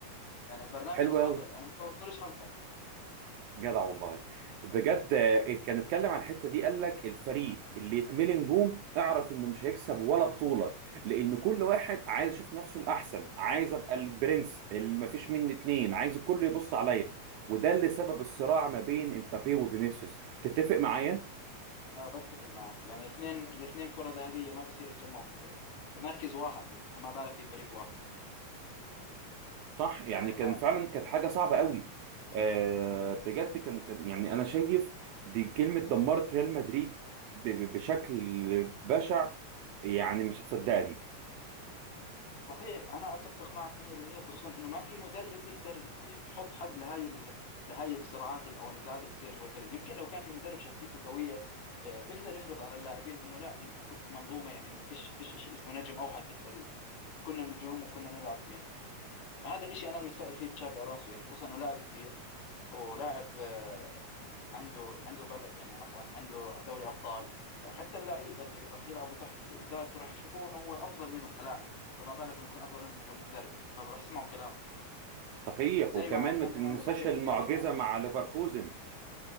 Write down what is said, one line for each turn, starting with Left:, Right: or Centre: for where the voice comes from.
Left: يعني برنامجي
Right: حلو
Left: المفضل
Right: قوي.
Left: انا ما فوتلوش حلقه يعني
Right: جدع والله بجد
Left: مم.
Right: آه، إيه، كان اتكلم عن الحته دي قال لك الفريق اللي يتملي نجوم اعرف انه مش هيكسب ولا بطوله لان كل واحد عايز يشوف نفسه الاحسن عايز ابقى البرنس اللي مفيش مني اتنين عايز الكل يبص عليا وده اللي سبب الصراع ما بين امبابي وفينيسيوس تتفق
Left: فيلم السياسي
Right: معايا
Left: آه بتفق معك يعني الاثنين الاثنين كره ذهبيه ما بيصير يتجمعوا في في مركز واحد يعني فما بالك في فريق واحد
Right: صح يعني
Left: يعني
Right: كان
Left: ما
Right: فعلا كانت حاجه صعبه قوي أه بجد كان كان يعني انا شايف دي كلمه دمرت ريال مدريد ب- ب- بشكل بشع يعني مش هتصدقني
Left: صحيح انا اتفق معك 100% خصوصا انه ما في مدرب يقدر يحط حد لهاي ال... لهاي الصراعات ال- او النزاعات اللي تصير جوا الفريق يمكن لو كان في مدرب شخصيته قويه آه، بيقدر يفرض على اللاعبين انه لا انتم كلكم منظومه يعني انه فيش فيش شيء اسمه نجم اوحد في الفريق كنا نجوم وكنا نلعب يعني هذا الشيء انا المتفائل فيه بتشافي الونسو يعني خصوصا انه لاعب كبير ولاعب آه، عنده عنده بل يعني عفوا عنده دوري ابطال فحتى اللعيبه اللي راح يلعبوا تحت ادارته راح يشوفوه انه هو افضل منهم كلاعب فما بالك لما يكون افضل منهم كمدرب فراح يسمعوا كلامه
Right: صحيح
Left: زي
Right: وكمان
Left: ما كان
Right: ما تنساش
Left: عمله مع زين
Right: المعجزة
Left: الدين زيدان
Right: مع ليفركوزن